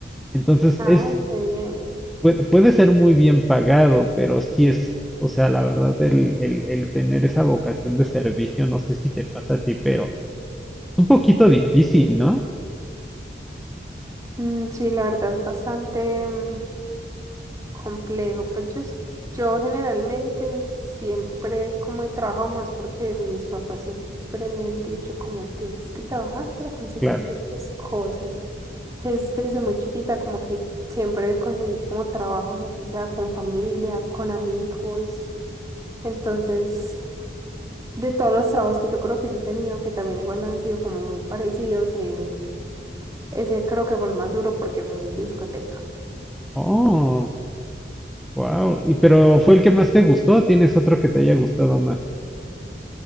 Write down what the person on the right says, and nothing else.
Ay,
qué bien.
Mm, Sí, la verdad es bastante mm, complejo. Pues yo, es- yo generalmente siempre como he trabajado más porque mis papás siempre me han dicho como tienes que trabajar para conseguirte
tus cosas. Entonces desde muy chiquita como que siempre conseguí como trabajos así sea con familia, con amigos. Entonces de todos los trabajos que yo creo que yo he tenido, que también igual han sido como muy parecidos, em, ese creo que fue el más duro porque fue en discoteca.